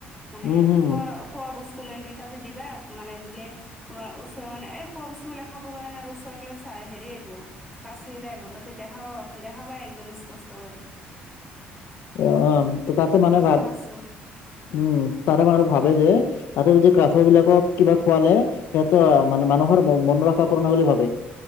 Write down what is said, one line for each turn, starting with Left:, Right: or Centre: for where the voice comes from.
Centre: মানে
Left: উম হম
Centre: খোৱাৰ খোৱা বস্তু লৈ গেল তাতে দিবা মানে দিলে তোমাৰ ওচৰৰ মানে এই খোৱা বস্তুবিলাক খাব কাৰনে আৰু ওচৰলে চা হেৰি আহিব। কাছুই লাইব তাতে দেখা পাব দেখা পায় একদম ষ্পষ্টকে
Left: অ' তাতে মানে ভাবে
Centre: কাছো।
Left: উম' তাতে মানে ভাবে যে তাতে যদি কাচৰ বিলাকক কিবা খুৱালে সিহঁতৰ মানে মানুহৰ মন মনৰ আশা পূৰন হয় বুলি ভাবে।